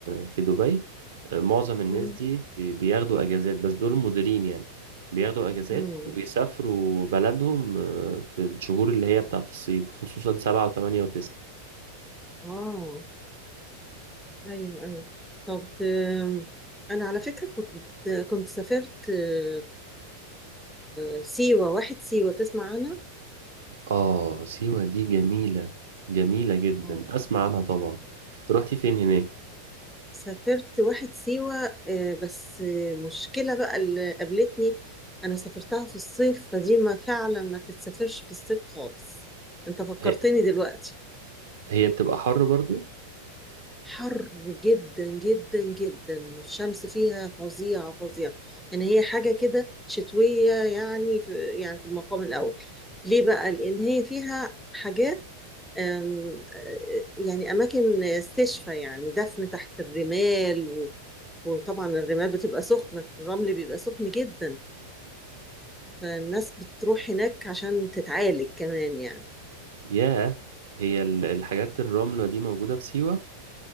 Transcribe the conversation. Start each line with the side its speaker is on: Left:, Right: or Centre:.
Right: في دبي آه، معظم الناس
Centre: مم.
Right: دي بي- بياخدوا اجازات بس دول مديرين يعني بياخدوا اجازات
Centre: مم.
Right: ويسافروا بلدهم آه، في الشهور اللي هي بتاعت الصيف خصوصا سبعة وثمانية وتسعة
Centre: آه أيوه أيوه طب آم، أنا على فكرة كنت كنت سافرت آه، آه، سيوة واحد سيوة تسمع عنها؟
Right: اه سيوة دي جميلة جميلة جدا
Centre: آه
Right: اسمع عنها طبعا رحتي فين هناك
Centre: سافرت واحد سيوة آه، بس آه، مشكلة بقى اللي قابلتني أنا سافرتها في الصيف فدي ما فعلا ما تتسافرش في الصيف خالص أنت فكرتني
Right: هي
Centre: دلوقتي
Right: هي بتبقى حر برضو
Centre: حر جدا جدا جدا الشمس فيها فظيعة فظيعة يعني هي حاجة كده شتوية يعني في يعني في المقام الأول ليه بقى؟ لأن هي فيها حاجات أم، آه، يعني أماكن استشفى يعني دفن تحت الرمال و- وطبعا الرمال بتبقى سخنة الرمل بيبقى سخن جدا فالناس بتروح هناك عشان تتعالج كمان يعني
Right: ياه هي ال- الحاجات الرملة دي موجودة في سيوة